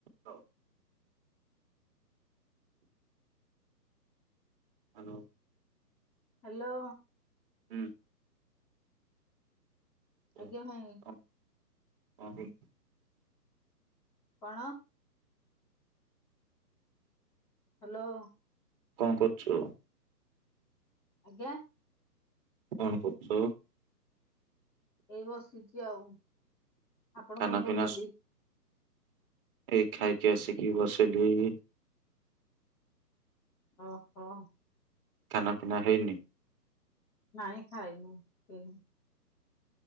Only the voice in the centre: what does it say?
Hello.
ଆଜ୍ଞା ଭାଇ କଣ? ହ୍ୟାଲୋ।
ଆଜ୍ଞା।
ଏଇ ବସିଛି ଆଉ ଆପଣ
କଣ
କରୁଛନ୍ତି?
ଓ ହୋ।
ନାଇଁ ଖାଇନୁ ହେଇନି।